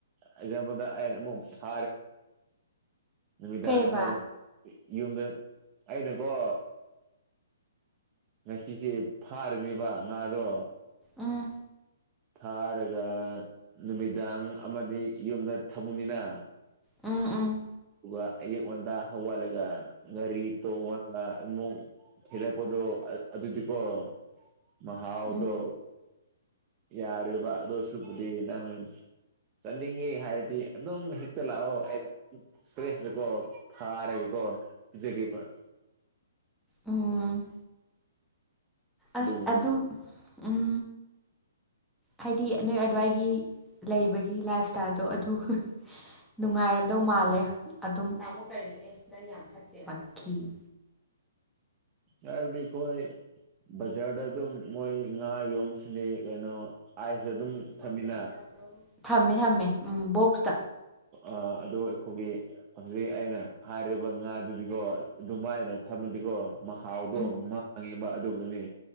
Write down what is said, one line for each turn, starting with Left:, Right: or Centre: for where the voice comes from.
Right: ꯑꯦꯛꯖꯥꯝꯄꯜꯗ ꯑꯩꯅ ꯑꯃꯨꯛ ꯐꯔꯦ ꯅꯨꯃꯤꯗꯥꯡ
Centre: ꯀꯩꯕ
Right: ꯑꯃꯗ ꯌꯨꯝꯗ ꯑꯩꯅꯀꯣ ꯉꯁꯤꯁꯦ ꯐꯥꯔꯅꯦꯕ ꯉꯥꯗꯣ
Centre: ꯑꯥ
Right: ꯐꯥꯔꯒ ꯅꯨꯃꯤꯗꯥꯡ ꯑꯃꯗꯤ ꯌꯨꯝꯗ ꯊꯝꯃꯨꯅꯤꯅ
Centre: ꯎꯝ ꯎꯝ
Right: ꯑꯗꯨꯒ ꯑꯌꯨꯛ ꯉꯟꯇꯥ ꯍꯧꯒꯠꯂꯒꯥ ꯒꯥꯔꯤ ꯇꯣꯡꯉ ꯑꯥ ꯑꯃꯨꯛ ꯊꯤꯜꯂꯛꯄꯗꯣ ꯑ ꯑꯗꯨꯗꯤꯀꯣ ꯃꯍꯥꯎꯗꯣ
Centre: ꯎꯝ
Right: ꯌꯥꯔꯤꯕ ꯑꯗꯣꯏꯁꯨꯛꯄꯨꯗꯤ ꯅꯪ ꯆꯠꯅꯤꯡꯉꯦ ꯍꯥꯏꯔꯗꯤ ꯑꯗꯨꯝ ꯍꯦꯛꯇ ꯂꯥꯛꯑꯣ ꯑꯩꯒ ꯐ꯭ꯔꯦꯁꯇꯀꯣ ꯐꯥꯔꯒꯀꯣ ꯄꯤꯖꯒꯤꯕꯥ
Centre: ꯎꯝ
Right: ꯑꯗꯨꯕꯨꯅꯤ
Centre: ꯑꯁ ꯑꯗꯨ ꯎꯝ ꯍꯥꯏꯗꯤ ꯅꯣꯏ ꯑꯗꯨꯋꯥꯏꯒꯤ ꯂꯩꯕꯒꯤ ꯂꯥꯏꯞ ꯏꯁ꯭ꯇꯥꯏꯜꯗꯣ ꯑꯗꯨ ꯅꯨꯡꯉꯥꯏꯔꯝꯗꯧ ꯃꯥꯜꯂꯦ ꯑꯗꯨꯝ <unintelligible>
Right: ꯆꯜꯕꯤꯈꯣꯏ ꯕꯖꯥꯔꯗ ꯑꯗꯨꯝ ꯃꯣꯏ ꯉꯥ ꯌꯣꯟ ꯁꯤꯅꯤ ꯀꯩꯅꯣ ꯑꯥꯢꯁ ꯑꯗꯨꯝ
Centre: <unintelligible>
Right: ꯊꯝꯃꯤꯅ
Centre: ꯊꯝꯃꯦ ꯊꯝꯃꯦ ꯎꯝ ꯕꯣꯛꯁꯇ
Right: ꯑꯥ ꯑꯗꯣ ꯑꯩꯈꯣꯏꯒꯤ ꯍꯧꯖꯤꯛ ꯑꯩꯅ ꯍꯥꯏꯔꯤꯕ ꯉꯥꯗꯨꯗꯤꯀꯣ ꯑꯗꯨꯃꯥꯏꯅ ꯊꯝꯃꯗꯤꯀꯣ ꯃꯍꯥꯎꯗꯣ
Centre: ꯎꯝ
Right: ꯃꯥꯡꯉꯦꯕꯥ ꯑꯗꯨꯒꯤꯅꯤ